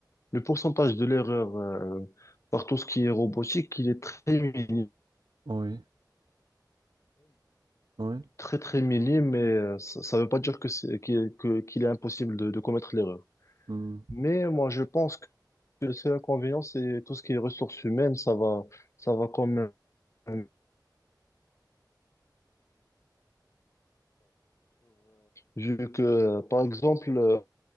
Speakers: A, on the left (about 40°); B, on the right (about 85°).
A: le pourcentage de l'erreur euh, par tout ce qui est robotique, il est très minime.
B: oui, oui.
A: très très minime, mais euh, ça ça veut pas dire que c'est qu'il que- qu'il est impossible de, de commettre l'erreur.
B: Hmm.
A: Mais moi, je pense que le seul inconvénient, c'est tout ce qui est ressources humaines, ça va, ça va quand même. euh, Vu que, euh, par exemple, euh,